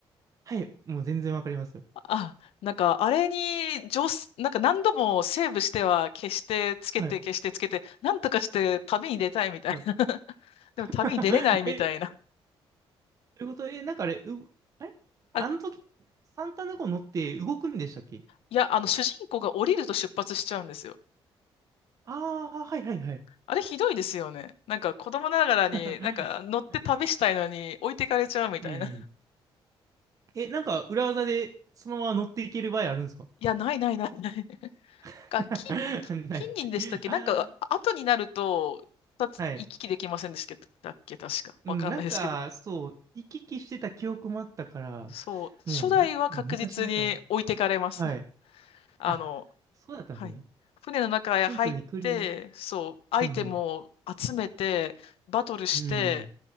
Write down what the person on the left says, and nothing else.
あ、なんか、あれに、上手、なんか何度もセーブしては消して、つけて、
消して、つけて、なんとかして旅に出たいみたいな。
<laughs> でも旅に出れないみたいな。
あ、い
や、あの、主人公が降りると出発しちゃうんですよ。
あれひどいですよね。なんか子供ながらに、
なんか乗って旅したいのに置いてかれちゃうみたいな。
<laughs>
いや、ないないないない。<laughs>
か、金、金金銀でしたっけなんか、
あ後になると、二つ行き来できませんでしたっけ確か。
わかんないですけど。
そう、
初代は確実に置いてかれます。
<laughs> あの、
はい。船の中へ入って、
そう、アイテムを集めて、
バトルして、